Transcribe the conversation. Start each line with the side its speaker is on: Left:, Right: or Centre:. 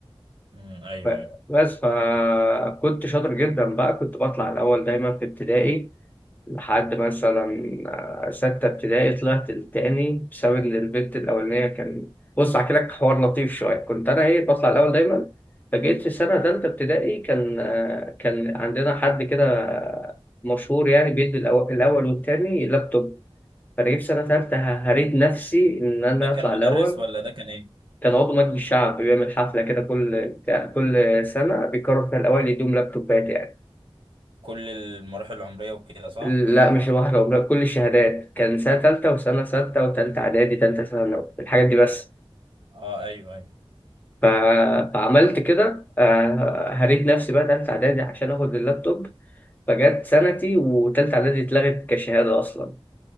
Right: امم، ايوه
Left: ف-
Right: ايوه
Left: بس فكنت شاطر جدا بقى كنت بطلع الأول دايما في ابتدائي لحد مثلا آه، ستة ابتدائي طلعت التاني بسبب إن البت الأولانية كان بص أحكي لك حوار لطيف شوية كنت أنا إيه بطلع الأول دايما فجيت في سنة تالتة ابتدائي كان آه، كان عندنا حد كده مشهور يعني بيدي الأو- الأول والتاني لابتوب فأنا جيت في سنة تالتة هريت نفسي إن أنا
Right: ده كان
Left: أطلع
Right: مدرس
Left: الأول
Right: ولا ده كان ايه
Left: كان عضو مجلس الشعب بيعمل حفلة كده كل بتاع كل سنة بيقرر فيها الأوائل يدوم لابتوبات يعني
Right: كل المراحل العمريه وكده صح
Left: لا مش واحدة ولا كل الشهادات كان سنة تالتة وسنة ستة وتالتة إعدادي تالتة ثانوي الحاجات دي بس
Right: اه ايوه ايوه
Left: ف... فعملت كده آه، هريت نفسي بقى تالتة إعدادي عشان آخد اللابتوب فجت سنتي وتالتة إعدادي اتلغت كشهادة أصلا